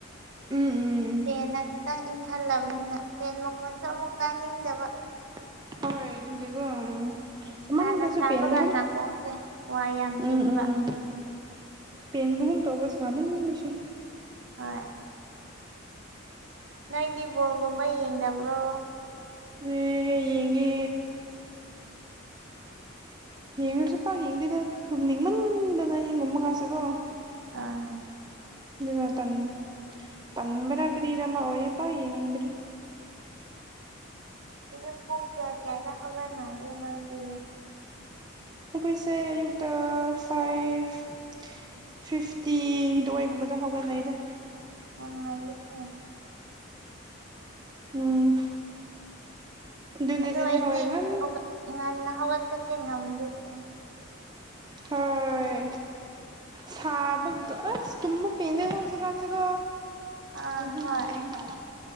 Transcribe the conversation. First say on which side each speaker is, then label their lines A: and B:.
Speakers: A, on the right (about 20°); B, on the right (about 60°).
A: ꯎꯝ ꯎꯝ
B: ꯐꯦꯟꯅ ꯈꯤꯇꯪ ꯏꯪꯍꯜꯂꯕꯅꯤꯅ ꯐꯦꯟ ꯃꯈꯣꯟꯁꯨ ꯑꯃꯨꯛ ꯇꯥꯅꯤꯡꯗꯕ
A: <inaudible> ꯍꯣꯏꯗꯨꯕꯨꯗꯤꯒꯣ ꯎꯝ ꯏꯃꯗꯁꯣ
B: ꯁꯥꯅ ꯁꯥꯕꯒ
A: ꯄꯦꯟꯕꯒꯣꯟ
B: ꯅꯥꯀꯣꯡꯁꯦ ꯋꯥ ꯌꯥꯝ
A: ꯎꯝ
B: ꯆꯤꯟꯕ
A: ꯎꯝ ꯎ ꯄꯦꯟꯕꯒꯨꯝ ꯇꯧꯕ ꯁꯥꯃꯟꯕꯁꯨ
B: ꯍꯣꯏ ꯅꯪꯗꯤ ꯕꯣꯜꯒꯨꯝꯕ ꯌꯦꯡꯗꯕ꯭ꯔꯣ
A: ꯑꯦ ꯌꯦꯡꯉꯦ ꯌꯦꯡꯨꯔꯁꯨ ꯄꯥꯛ ꯌꯦꯡꯗꯦꯗ ꯇꯨꯝꯅꯤꯡꯃꯟꯗꯅ ꯍꯤꯡꯒꯨꯝꯕ ꯉꯥꯁꯦꯀꯣ
B: ꯑꯥ
A: ꯏ ꯇꯟ ꯇꯟꯝꯕꯔ ꯀꯔꯃ ꯑꯣꯄꯥꯥꯎ ꯌꯦꯅꯤ꯭ꯔꯦ
B: ꯑꯌꯨꯛ ꯄꯨꯡ ꯀꯌꯥ ꯀꯌꯥꯗ ꯍꯧꯒꯠꯅꯒꯦ ꯅꯣꯏꯒꯤ
A: ꯑꯩꯈꯣꯏꯁꯦ ꯑꯌꯨꯛꯛꯇ ꯐꯥꯏꯚ ꯐꯤꯐꯇꯤꯗꯨꯋꯥꯏꯒꯨꯝꯕꯗ ꯍꯧꯒꯠꯅꯤ ꯑꯩꯗ
B: ꯌꯥꯝ ꯑꯂꯤ ꯍ
A: ꯎꯝ ꯑꯗꯨꯅꯦ
B: ꯑꯣ
A: ꯑꯗꯨꯅꯦ
B: ꯑꯩꯒꯤ
A: ꯍꯣꯏ ꯉꯟ
B: ꯉꯟꯅ ꯍꯧꯒꯠꯄꯁꯦ ꯉꯝꯗꯦꯅꯦ
A: ꯍꯣꯏ ꯁꯥꯕꯒꯁ ꯇꯨꯝ ꯄꯦꯅꯗ ꯍꯧꯁꯤ ꯀꯥꯟꯁꯤꯒ
B: ꯑꯥ
A: ꯇꯗꯤ
B: ꯍꯣꯏ
A: ꯅꯠꯇꯅ